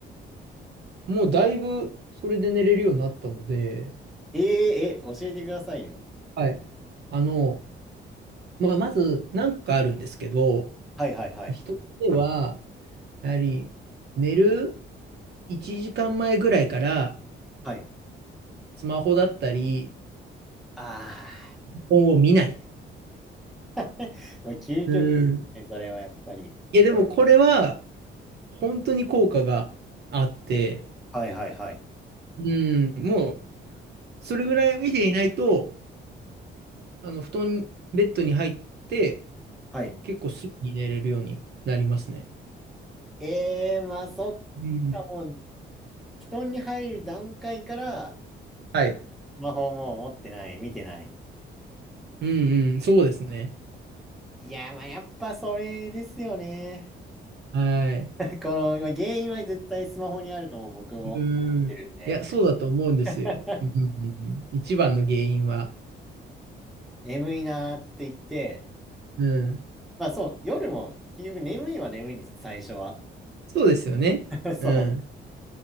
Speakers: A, on the right (about 55°); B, in the centre.
A: もうだいぶ、それで寝れるようになったので、
B: えーえ、教えてくださいよ。
A: はい。あの、まあ、まず何個かあるんですけど、
B: はいはいはい。
A: 一つ目はやはり、寝る1時間前ぐらいから、
B: はい。
A: スマホだったり、
B: ああ。
A: 本を見ない。
B: <laughs> もう究極ですね、
A: うん。
B: それはやっぱり。
A: いや、でもこれは、本当に効果があって、
B: はいはいはい。
A: うん、もう、それぐらい見ていないと、あの、布団、ベッドに入って、
B: はい。
A: 結構すぐに寝れるようになりますね。
B: ええーまあそっか、
A: うん。
B: もう、布団に入る段階から、
A: はい。
B: スマホもう持ってない、見てない。
A: うんうん、そうですね。
B: いやー、まあやっぱそれですよね。
A: はい。
B: <laughs> この、まあ原因は絶対スマホにあるとも僕も思ってるんで。
A: うん。いや、そうだと思うんですよ。
B: <laughs>
A: うんうんうん、一番の原因は。
B: 眠いなーって言って、
A: うん。
B: まあそう、夜も結局眠いは眠いんですよ、最初は。
A: そうですよね。
B: <laughs> そう。
A: うん。